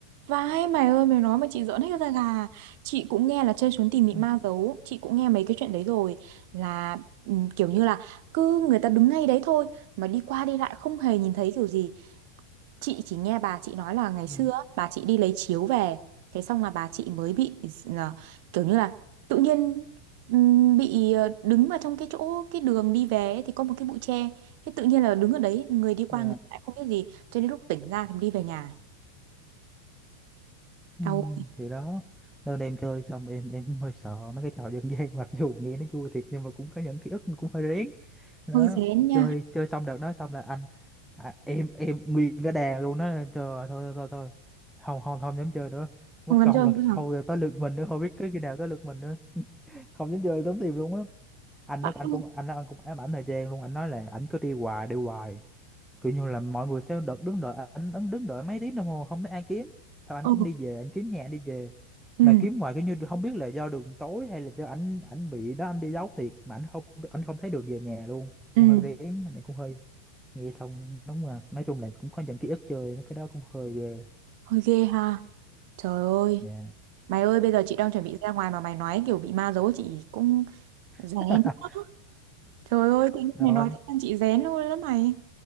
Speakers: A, on the right; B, in the centre.
A: Vãi mày ơi mày nói mà chị giỡn hết da gà Chị cũng nghe là chơi trốn tìm bị
B: Ừ,
A: ma giấu Chị cũng nghe mấy cái chuyện đấy rồi Là ừm, kiểu như là Cứ người ta đứng ngay đấy thôi Mà đi qua đi lại không hề nhìn thấy kiểu gì Chị chỉ nghe bà chị nói là ngày xưa
B: ừ,
A: á, Bà chị đi lấy chiếu về Thế xong là bà chị mới bị là, Kiểu như là tự nhiên ừm, Bị ờ, đứng vào trong cái chỗ Cái đường đi về ấy, thì có một cái bụi tre Thế tự nhiên là đứng ở đấy Người đi qua
B: dạ
A: người lại không biết gì Cho đến lúc tỉnh ra thì đi về nhà
B: ừ,
A: Đau
B: thì đó nên em chơi xong em em cũng hơi sợ mấy cái trò dân gian mặc dù nghe nó vui thiệt nhưng mà cũng có những ký ức cũng hơi rén đó
A: hơi rén nha
B: chơi chơi xong đợt đó xong là anh à, em em nguyên cái đàn luôn đó trời ơi, thôi thôi thôi thôi. không không không dám chơi nữa mất
A: không dám
B: công
A: chơi
B: lần
A: nữa
B: sau
A: hả
B: rồi tới lượt mình nữa không biết cái khi nào tới lượt mình nữa không dám chơi tốn tiền luôn á anh
A: vãi
B: nó anh
A: luôn
B: cũng anh nó anh cũng ám ảnh thời gian luôn anh nói là ảnh cứ đi hoài đi hoài kiểu như là mọi người sẽ đợt đứng đợi anh anh đứng đợi mấy tiếng đồng hồ không thấy ai kiếm sao anh
A: ừ
B: cũng đi về anh kiếm nhà anh đi về
A: ừ
B: mà kiếm hoài kiểu như không biết là do đường tối hay là do ảnh ảnh bị đó anh đi giấu thiệt mà anh không anh không thấy được về nhà luôn
A: ừ
B: cũng hơi rén này cũng hơi nghe xong đúng là nói chung là cũng có những ký ức chơi mấy cái đó cũng hơi ghê
A: hơi ghê ha trời ơi
B: nha
A: mày ơi bây giờ chị đang chuẩn bị ra ngoài mà mày nói kiểu bị ma giấu chị cũng rén
B: <laughs>
A: quá. trời ơi tự nhiên
B: rồi
A: mày nói thế làm chị rén luôn đó mày